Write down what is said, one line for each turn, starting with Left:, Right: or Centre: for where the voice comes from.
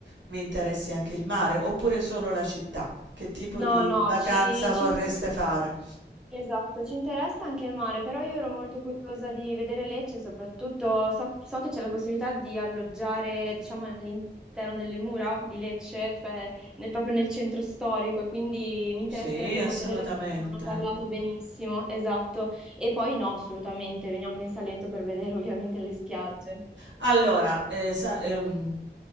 Right: vi interessi anche il mare, oppure solo la città? Che tipo
Centre: No,
Right: di
Centre: no,
Right: vacanza
Centre: ci,
Right: vorreste
Centre: ci interessa,
Right: fare?
Centre: esatto, ci interessa anche il mare, però io ero molto curiosa di vedere Lecce, soprattutto so, so che c'è la possibilità di alloggiare, diciamo, all'interno delle mura di Lecce, cioè nel- proprio nel centro storico, e quindi mi interesserebbe
Right: Sì,
Centre: molto
Right: assolutamente.
Centre: vederla perché ne hanno parlato benissimo, esatto. E poi no, assolutamente, veniamo in Salento per vedere ovviamente le spiagge.
Right: Allora, ehm, sa ehm,